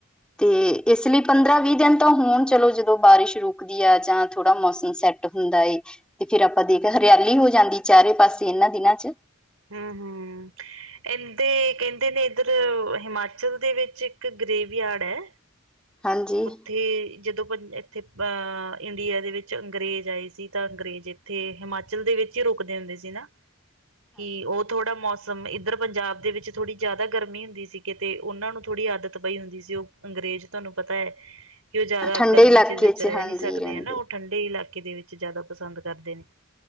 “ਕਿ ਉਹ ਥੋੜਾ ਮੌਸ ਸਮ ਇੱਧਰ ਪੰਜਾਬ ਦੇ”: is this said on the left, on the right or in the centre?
Right